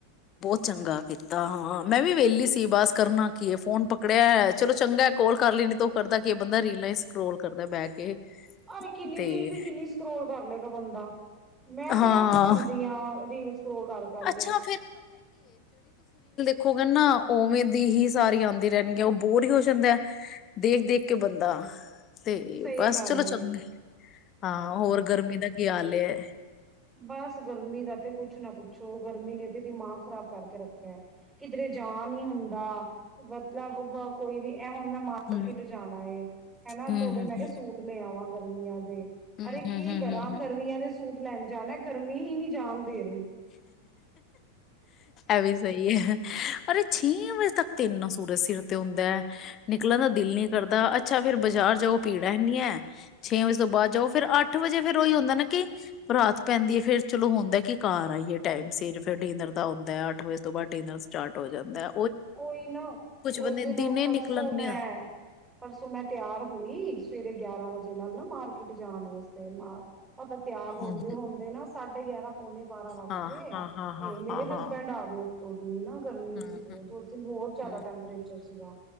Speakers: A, on the left; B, on the right.
A: ਬਹੁਤ ਚੰਗਾ ਕੀਤਾ ਹਾਂ ਮੈਂ ਵੀ ਵਿਹਲੀ ਸੀ ਬਸ ਕਰਨਾ ਕੀ ਫੋਨ ਪਕੜਿਆ ਚਲੋ ਚੰਗਾ ਕੋਲ ਕਰ ਲਈੈ ਨ ਤ ਉਹ ਕਰਦਾ ਕੀ ਬੰਦਾ ਰੀਲਾਂ ਹੀ ਸਕੋਲ ਕਰਦਾ ਬਹਿ ਕੇ
B: ਅਰੇ ਕਿੰਨੀ
A: ਤੇ
B: ਰੀਲ ਦੀ ਕਿੰਨੀ ਸਕਰੋਲ ਕਰ ਲਏਗਾ ਬੰਦਾ ਮੈਂ ਤੇ
A: ਹਾਂ
B: ਅੱਕ ਜਾਂਦੀ ਹਾਂ ਰੀਲ ਸਕਰੋਲ ਕਰ ਕਰਕੇ
A: ਅੱਛਾ
B: ਕਰ ਕਰਕੇ
A: ਉਹ ਕਹਿੰਦੇ ਨੇ ਨਾ ਉਵੇਂ ਦੀ ਹੀ ਸਾਰੀ ਆਉਂਦੀ ਰਹਿਣ ਹੈ ਉਹ ਬੋਰ ਹੀ ਹੋ ਜਾਂਦਾ ਦੇਖ ਦੇਖ ਕੇ ਬੰਦਾ ਤੇ
B: ਸਹੀ
A: ਬਸ
B: ਗੱਲ
A: ਚਲੋ
B: ਏ,
A: ਚੰਗੇ ਹਾਂ ਹੋਰ ਗਰਮੀ ਦਾ ਕੀ ਹਾਲ ਹੈ
B: ਬਸ ਗਰਮੀ ਦਾ ਤੇ ਕੁਛ ਨਾ ਪੁੱਛੋ ਗਰਮੀ ਨੇ ਤੇ ਦਿਮਾਗ ਖ਼ਰਾਬ ਕਰਕੇ ਰੱਖਿਆ ਕਿਧਰੇ ਜਾ ਨਹੀਂ ਹੁੰਦਾ ਮਤਲਬ ਕੋਈ ਵੀ ਇਹ ਹੁਣ ਮੈਂ ਮਾਰਕੀਟ
A: ਹਮ
B: ਜਾਣਾ ਹਨਾ
A: ਹਮ
B: ਥੋੜੇ ਮੈਂ ਕਿਹਾ
A: ਹਮ
B: ਸੂਟ ਲਿਆਵਾਂ ਗਰਮੀਆਂ ਦੇ
A: ਹਮ
B: ਅਰੇ
A: ਹਮ
B: ਕੀ
A: ਹਮ ਹਮ
B: ਕਰਾਂ
A: ਹਮ ਹਮ
B: ਗਰਮੀਆਂ ਦੇ ਸੂਟ ਲੈਣੇ ਜਾਣਾ ਗਰਮੀ ਹੀ ਨਹੀਂ ਜਾਣ ਦੇ ਰਹੀ
A: ਅਭ ਸਹੀ ਹੈ ਅਰੇ ਛੇ ਵਜੇ ਤੱਕ ਤੇ ਇੰਨਾ ਸੂਰਜ ਸਿਰ ਤੇ ਹੁੰਦਾ ਨਿਕਲਣ ਦਾ ਦਿਲ ਨੀ ਕਰਦਾ ਅੱਛਾ ਫੇਿਰ ਬਾਜ਼ਾਰ ਜਾਓ ਪੀੜਾ ਹੈਨੀ ਹੈ ਛੇ ਵਜੇ ਤੋਂ ਬਾਅਦ ਜਾਓ ਫੇਿਰ ਅੱਠ ਵਜੇ ਫੇਿਰ ਉਹੀ ਹੁੰਦਾ ਨਾ ਕਿ ਰਾਤ ਪੈਂਦੀ ਹੈ ਫੇਰ ਚਲੋ ਹੁੰਦਾ ਕੀ ਕਾਰ ਤਾਂ ਹੀ ਟਾਈਮ ਸਿਰਫ ਡਿਨਰ ਦਾ ਹੁੰਦਾ ਅੱਠ ਵਜੇ ਤੋਂ ਬਾਅਦ ਡਿਨਰ ਸਟਾਰਟ ਹੋ ਜਾਂਦਾ
B: ਉਹੀ ਨਾ
A: ਕੁਝ ਬੰਦੇ
B: ਉਸ ਦਿਨ
A: ਦਿਨੇ
B: ਪਰਸੋਂ
A: ਨਿਕਲਣ
B: ਮੈਂ
A: ਨਹੀਂ
B: ਪਰਸੋਂ ਮੈਂ ਤਿਆਰ ਹੋਈ ਸਵੇਰੇ ਗਿਆਰਾਂ ਵਜੇ ਨਾਲ ਨਾ ਮਾਰਕੀਟ ਜਾਣ ਵਾਸਤੇ ਮ ਆਪਾਂ ਤਿਆਰ
A: ਹਾਂ
B: ਹੁੰਦੇ ਹੁੰਦੇ ਨਾ ਸਾਢੇ ਗਿਆਰਾਂ ਪੌਣੇ ਬਾਰਾਂ ਵੱਜ
A: ਹਾਂ
B: ਗਏ
A: ਹਾਂ ਹਾਂ
B: ਤੇ
A: ਹਾਂ
B: ਮੇਰੇ
A: ਹਾਂ ਹਾਂ
B: ਹਸਬੈਂਡ ਆ ਗਏ ੋਂ ਦੀ ਨਾ ਗਰਮੀ
A: ਹਮ
B: ਸੀ ਬਹੁਤ ਉਸ ਦਿਨ ਬਹੁਤ ਜਿਆਦਾ
A: ਹਮ
B: ਟੈਂਪਰੇਚਰ ਸੀਗਾ